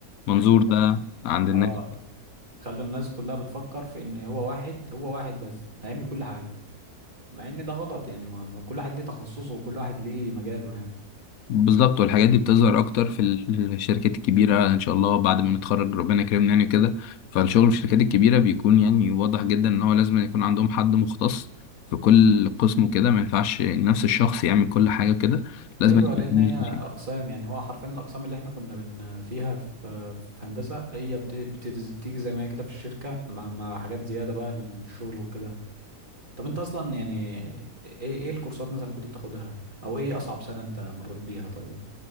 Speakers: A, on the left; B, on the right.
A: منظور ده عند الناس
B: اه خلوا الناس كلها بتفكر في ان هو واحد هو واحد بس هيعمل كل حاجه مع ان ده غلط يعني ما ما كل واحد ليه تخصصه وكل واحد ليه مجاله يعني
A: بالظبط والحاجات دي بتظهر اكتر في ال- الشركات الكبيره ان شاء الله بعد ما نتخرج ربنا يكرمنا يعني كده فالشغل في الشركات الكبيره بيكون يعني واضح جدا ان هو لازم يكون عندهم حد مختص في كل قسم وكده ما ينفعش نفس الشخص يعمل كل حاجه كده لازم
B: ايوه
A: يكون
B: لان هي اقسام يعني هو حرفيا الاقسام اللي احنا كنا بن فيها في في هندسه هي بت- بت- بتيجي زي ما هي كده في الشركه مع مع حاجات زياده بقى للشغل وكده طب انت اصلا يعني ايه ايه الكورسات مثلا اللي كنت بتاخدها او ايه اصعب سنه انت مريت بيها طيب